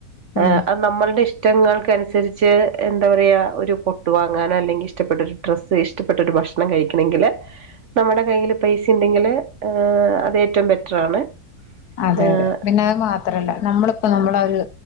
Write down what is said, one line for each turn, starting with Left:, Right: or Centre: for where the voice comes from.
Right: ആഹ്
Left: ഉം
Right: അത് നമ്മൾടെഷ് ടങ്ങൾക്കനുസരിച്ച് എന്താ പറയ ഒരു പൊട്ട് വാങ്ങാനോ അല്ലെങ്കിൽ ഇഷ്ടപ്പെട്ടൊരു ഡ്രസ് ഇഷ്ടപ്പെട്ട ഒരു ഭക്ഷണം കഴിക്കണെങ്കിൽ നമ്മുടെ കയ്യിൽ പൈസണ്ടെങ്കിൽ അത് ഏറ്റം ബെറ്ററാണ്.
Left: അതെ
Right: ആഹ്
Left: അതെ. പിന്നെ അഅ് മാത്രല്ല നമ്മള് പ്പൊ നമ്മളൊരു